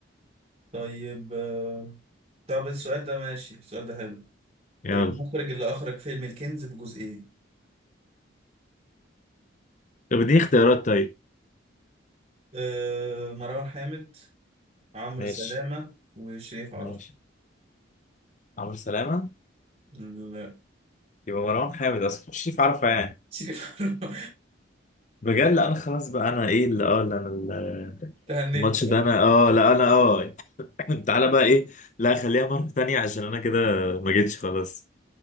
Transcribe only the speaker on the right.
طيب آه، طب السؤال ده ماشي السؤال ده حلو
المخرج اللي أخرج فيلم الكنز بجزئين
آه، مروان حامد عمرو
سلامة وشريف عرفة
لا
شريف عرفة
<laughs> تهنيت
خلاص